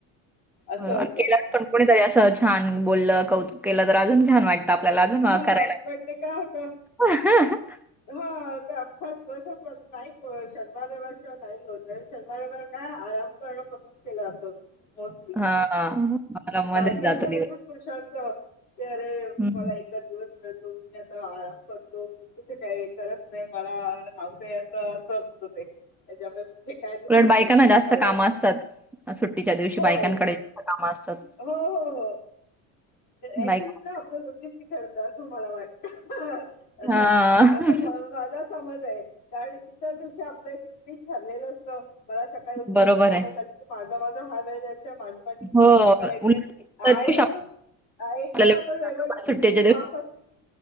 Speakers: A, on the left; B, in the centre.
A: असं
B: बरोबर
A: होतं
B: केला पण कोणीतरी असं छान बोललं कौतुक केलं तर अजून छान वाटत आपल्याला अजून
A: हा
B: करायला
A: पण ते काय होतं
B: <inaudible>
A: हा ते अख्खा दिवसच नाही शनिवार रविवार शिवाय नाही होत शनिवार रविवार काय आराम करणं पसंद केलं जातं मोस्टली
B: हा हा मला मध्येच
A: बायकांच
B: जातो
A: नाही
B: दिवस
A: पण पुरुषांच ते अरे
B: हम्म.
A: मला एकाच दिवस मिळतो मी आता आराम करतो तुठे काही करत नाही मला नावत असं असं असत ते त्याच्यामुळे तुठे काय तुटले
B: उलट बायकांना
A: परत धाड
B: जास्त
A: घालायचे
B: कामं असतात सुट्टीच्या दिवशी
A: हो
B: बायकांकडे
A: हो
B: जास्त कामं असतात.
A: हो हो हो ऍक्च्युली
B: बायका
A: ना आपलं रुटीन तिथे होतं असं मला वाटतं
B: हां,
A: असं माझा समज आहे कारण इतर दिवशी आपलं एक रूटीन ठरलेलं असतं मला सकाळी उठून
B: बरोबर
A: हे काम
B: आहे.
A: झाली की माझा माझा हा वेळ माझी माझी ही
B: हो,
A: काम करायचीत
B: उलट त्या
A: आणि
B: दिवशी
A: एक
B: आपल्याला
A: वेळा आपण रविवारी
B: सुट्टीच्या
A: ते माफ
B: दिवशी
A: असते कि